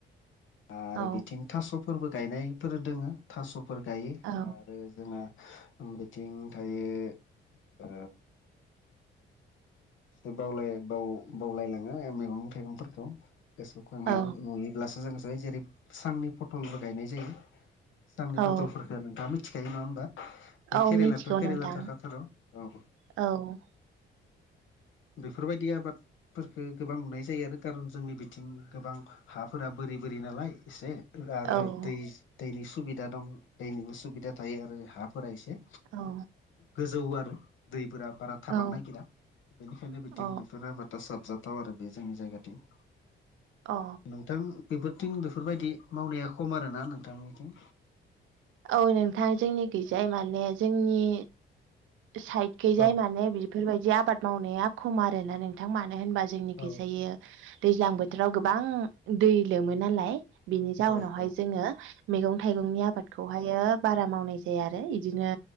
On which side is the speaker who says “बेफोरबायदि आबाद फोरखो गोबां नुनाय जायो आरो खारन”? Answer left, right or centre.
Left